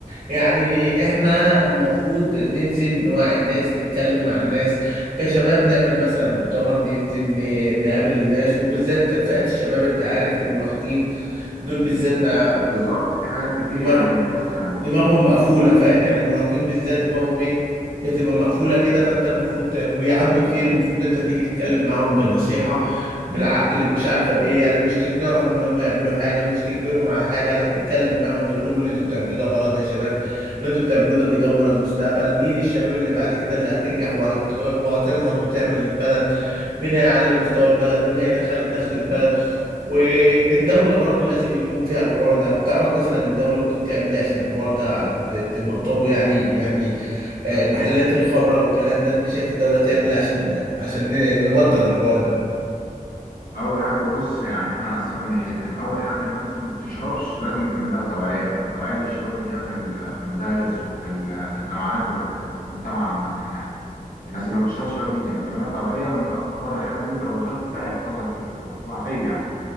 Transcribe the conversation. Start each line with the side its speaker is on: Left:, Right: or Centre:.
Right: يعني احنا المفروض ننزل نوعي الناس نتكلم مع الناس كشباب نعمل مثلا مؤتمر ننزل ن- نقابل الناس وبالذات فئة الشباب انت عارف المراهقين دول بالذات ما
Left: بالظبط في حاجات كتير
Right: دماغهم
Left: يعني بص يعني بص
Right: دماغهم مقفوله
Left: في
Right: فاهم يعني المراهقين بالذات دماغهم ايه بتبقى مقفوله كده فانت المفروض ت- بي- عنده كتير المفروض انت تيجي تتكلم معاهم بالنصيحه بالعقل مش عارفه بايه يعني مش تقنعهم ان هم يعملوا حاجه مش تجبرهم على حاجه لا تتكلم معاهم تقول لهم اللي انتوا بتعملوه ده غلط يا شباب اللي انتوا بتعملوه ده بيدمر المستقبل مين الشباب اللي بعد كده اللي هتنجح وهت... وهتنهض وتعمل البلد مين هيعلي مستوى البلد مين هيدخل الدخل البلد والدولة برضو لازم يكون فيها الحوار ده تعرف مثلا الدولة ممكن تعمل ايه عشان الحوار ده ت- تبطله يعني يعني آه، محلات الخمرة والكلام ده انت شايف الدولة تعمل ايه عشان عشان ن- نبطل الحوار ده
Left: اول حاجه بص يعني احنا هنقسمها لناحيتين اول حاجه الناس اللي ما بتشربش لازم يتعمل لها توعيه توعيه للشباب اللي هي في ال- في المدارس وفي الجامعات والح- والمجتمع عامه يعني الناس اللي ما بتشربش لازم يتعمل لها توعيه من اخطار الحاجات دي انت لو دخلت فيها هيحصل لك كده تو- توعيه يعني